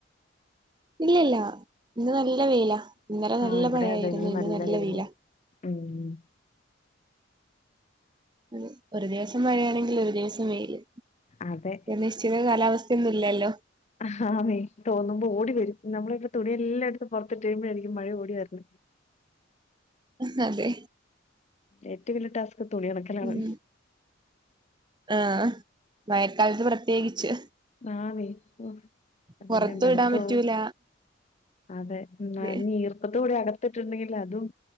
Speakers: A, on the right (about 25°); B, on the left (about 35°).
A: ഇല്ലല്ല ഇന്ന് നല്ല വെയില ഇന്നലെ നല്ല
B: ആഹ് ഇവിടെ
A: മഴയായിരുന്നു
B: അതെ
A: ഇന്ന് നല്ല
B: വെയില്
A: വെയില
B: ഉം
A: അതെ ഒര് ദിവസം ഇന്ന് മഴയാണെങ്കില് ഒര് ദിവസം വെയില്
B: അതെ
A: എ നിശ്ചിത കാലാവസ്ഥയൊന്നും ഇല്ലല്ലോ
B: ആഹാ ന്നെ തോന്നുമ്പോ ഓടി വരും നമ്മള് ഇവ്ടെ തുണിയെല്ലായെടുത്ത് പൊറത്ത്ട്ട് കയുമ്പഴായിരിക്കും മഴ ഓടി വരണ
A: ഹ് അതെ
B: ഏറ്റ വല്യ ടാസ്ക് തുണി ഒണക്കലാണ്
A: ഉം ആഹ് മയക്കാലത്ത് പ്രത്യേകിച്ച്
B: ആഹ് ന്നെ ഇപ്പൊ
A: പുറത്തും
B: പിന്നെ മടുത്തോ
A: ഇടാൻ പറ്റൂല
B: അതെ നനഞ്ഞ്
A: അതെ
B: ഈർപ്പത്തോടെ അകത്ത്ട്ടുണ്ടെങ്കില് അതും